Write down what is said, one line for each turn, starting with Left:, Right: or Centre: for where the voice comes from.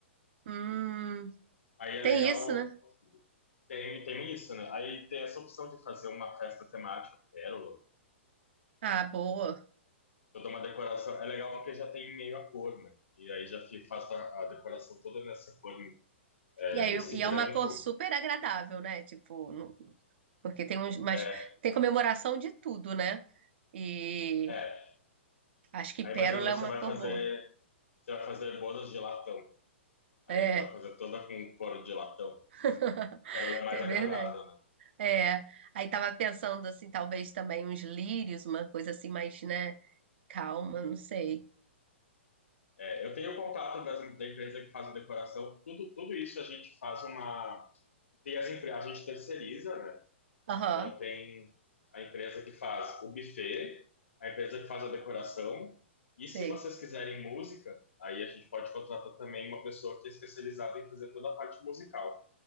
Right: Hum,
Left: Aí é
Right: tem
Left: legal,
Right: isso, né?
Left: tem, tem isso, né? Aí tem essa opção de fazer uma festa temática pérola,
Right: Ah, boa.
Left: toda uma decoração. É legal porque já tem meio a cor, né? E aí já fi- faço a, a decoração toda nessa cor, né? é,
Right: E aí, eu-
Left: esse
Right: e é
Left: branco.
Right: uma cor super agradável, né? Tipo, não- porque tem uns, mas
Left: É,
Right: tem comemoração de tudo, né? E
Left: é.
Right: acho que
Left: Aí
Right: pérola
Left: imagina você
Right: é uma
Left: vai
Right: cor
Left: fazer,
Right: boa.
Left: você vai fazer bodas de latão.
Right: É,
Left: Aí já vai fazer toda com couro de latão.
Right: <laughs>
Left: Pérola é mais
Right: é
Left: agradável,
Right: verdade.
Left: né?
Right: É, aí tava pensando assim, talvez também uns lírios, uma coisa assim mais, né, calma, não sei.
Left: É, eu tenho contato das, da empresa que faz a decoração. Tudo, tudo isso a gente faz uma. Tem as empresas, a gente terceiriza, né?
Right: Aham,
Left: Então tem a empresa que faz o buffet, a empresa que faz a decoração. E
Right: sei.
Left: se vocês quiserem música, aí a gente pode contratar também uma pessoa que é especializada em fazer toda a parte musical.